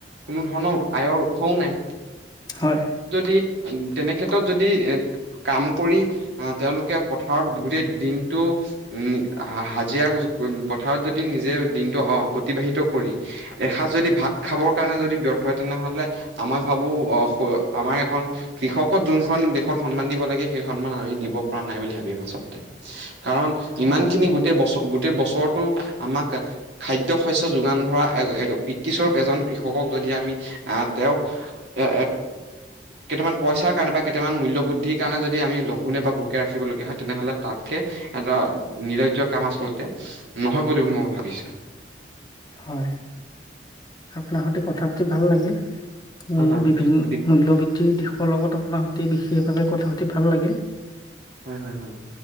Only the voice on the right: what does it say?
কোনো ধৰণৰ আয়ৰ উৎসও নাই
তেনে কেত্ৰত যদি এ কাম কৰি আহ তেওঁলোকে পথাৰত গোটেই দিনটো উ হাজিৰা পথাৰত যদি নিজে দিনটো অ অতিবাহিত এসাঁজ যদি ভাত খাবৰ কাৰণে যদি ব্যৰ্থ হয় তেনেহলে আমই ভাবো আহ আমাৰ এখন কৃষকত যোনখন দেশত সন্মান দিব লাগে সেই সন্মান আমি দিব পৰা নাই বুলি ভাবিম আচলতে কাৰণ ইমান
খিনি গোটেই বস গোটেই বছৰতো আমাক খাদ্য শস্য যোগান ধৰা এ এ বৃটিছৰ এজন কৃষকক যদি আমি আহ তেওঁক এ কেইটামান পইচাৰ কাৰণে বা কেইটামান মূল্যবুদ্ধিৰ কাৰণে যদি আমি লঘোনে বা ভোকে ৰাখিবলগীয়া হয় তেনেহ'লে তাতকে এটা নিৰজ্য কাম আচলতে নহয় বুলি মই ভাবিছো
হয় হয়
গতিকে
হয় হয় হয়